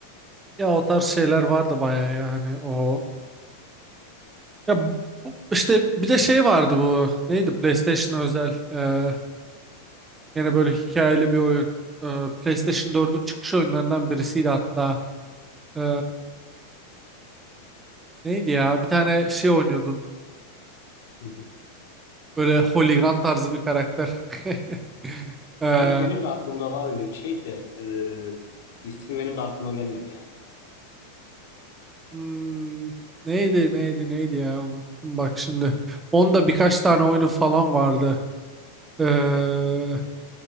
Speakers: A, on the right (about 15°); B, on the left (about 55°).
A: Ya o tarz şeyler vardı bayağı ya hani o ya bu- işte bir de şey vardı bu neydi PlayStation özel e, yine böyle hikayeli bir oyun. E, PlayStation 4'ün çıkış oyunlarından birisiydi hatta. E, neydi ya bir tane şey oynuyordun
B: <laughs>
A: Böyle holigan tarzı bir karakter. <laughs> Ee,
B: Sanki benim de aklımda var öyle bir şey de e, ismi benim de aklıma gelmedi ya.
A: hmm, neydi neydi neydi ya unuttum bak şimdi. Onda birkaç tane oyunu falan vardı. Ee,